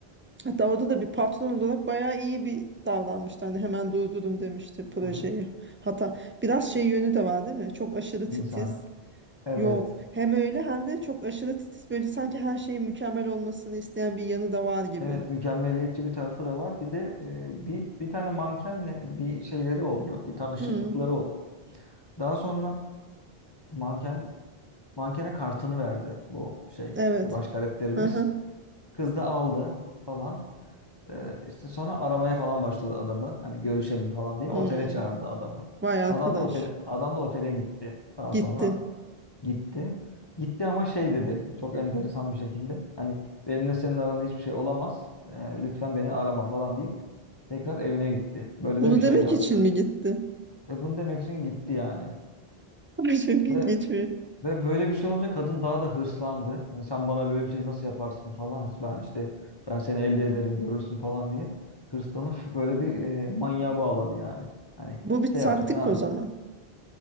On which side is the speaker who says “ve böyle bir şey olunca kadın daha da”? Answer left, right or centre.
Left